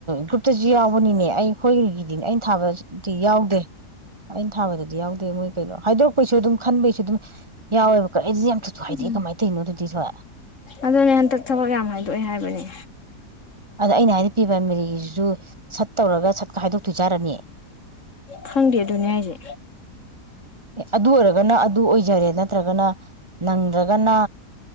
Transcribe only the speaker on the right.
ꯒ꯭ꯔꯨꯞꯇꯁꯨ ꯌꯥꯎꯕꯅꯤꯅꯦ ꯑꯩ ꯑꯩꯈꯣꯏꯒꯤꯗꯤꯅꯦ ꯑꯩꯅ ꯊꯥꯕꯗꯤ ꯌꯥꯎꯗꯦ ꯑꯩꯅ ꯊꯥꯕꯗꯗꯤ ꯌꯥꯎꯗꯦ ꯃꯣꯏ ꯀꯩꯅꯣ ꯍꯥꯏꯗꯣꯔꯛꯄꯩꯁꯨ ꯑꯗꯨꯝ ꯈꯟꯕꯩꯁꯨ ꯑꯗꯨꯝ ꯌꯥꯎꯋꯦꯕꯀꯣ ꯑꯩꯗꯤ ꯌꯥꯝ ꯊꯨꯟ ꯊꯨꯟ ꯍꯥꯏꯥꯏꯗꯦ
ꯀꯃꯥꯏꯅ ꯇꯧꯔꯤꯅꯣ ꯑꯗꯨꯗꯤ ꯊ
ꯑꯗ ꯑꯩꯅ ꯍꯥꯏꯗꯤ ꯄ꯭ꯔꯤ ꯄꯥꯏꯃꯥꯔꯤꯒꯤꯁꯨ ꯁꯠ ꯇꯧꯔꯒ ꯁꯠꯀ ꯍꯥꯏꯗꯣꯛꯇꯣꯏꯖꯥꯔꯅꯤ
ꯑꯦ ꯑꯗꯨ ꯑꯣꯏꯔꯒꯅ ꯑꯗꯨ ꯑꯣꯏꯖꯔꯦ ꯅꯠꯇ꯭ꯔꯒꯅ ꯅꯪꯗ꯭ꯔꯒꯅ